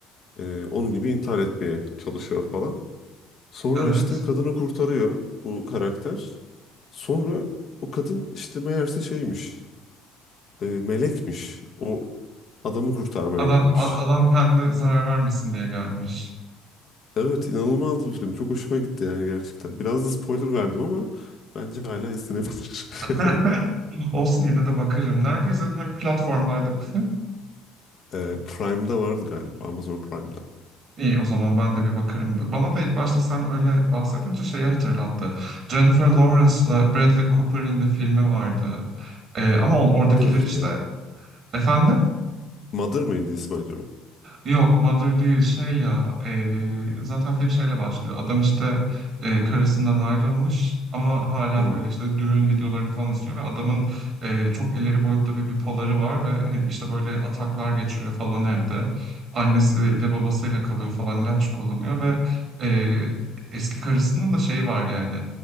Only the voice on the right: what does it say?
Evet.
Adam,
a- adam kendine zarar vermesin diye gelmiş.
<laughs>
Olsun yine de bakarım. Nerede izledin? Hangi platformlarda bu film?
İyi o zaman ben de bir bakarım. Bana da ilk başta sen öyle bahsedince şeyi hatırlattı. Jennifer Lawrence'la Bradley Cooper'ın bir filmi vardı. Ee, ama on, oradakiler
işte...
Efendim?
Yok Mother değil şey ya eee, zaten film şeyle başlıyor. Adam işte eee, karısından ayrılmış ama hala
böyle işte düğün videolarını falan izliyor ve adamın eee, çok ileri boyutta bir bipoları var ve hani işte böyle ataklar geçiriyor falan evde. Annesiyle babasıyla kalıyor falan ilaç kullanıyor ve eee, eski karısının da şeyi var yani